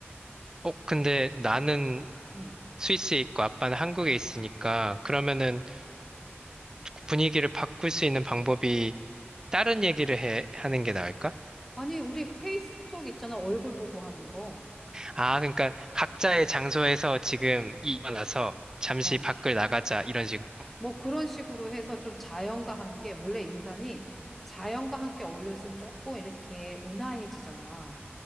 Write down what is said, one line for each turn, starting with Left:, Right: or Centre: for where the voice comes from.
Right: 어, 근데 나는
Centre: 음.
Right: 스위스에 있고 아빠는 한국에 있으니까 그러면은 분위기를 바꿀 수 있는 방법이 다른
Centre: 음.
Right: 얘기를 해, 하는 게 나을까?
Centre: 아니, 우리 페이스톡 있잖아. 얼굴 보고 하는 거.
Right: 아, 그러니까 각자의 장소에서 지금 일어나서 잠시
Centre: 어.
Right: 밖을 나가자 이런 식으로.
Centre: 뭐 그런 식으로 해서 좀 자연과 함께, 원래 인간이 자연과 함께 어울려있으면 조금 이렇게 온화해지잖아.